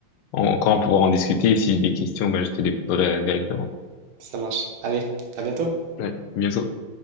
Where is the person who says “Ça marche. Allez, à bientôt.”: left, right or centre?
Right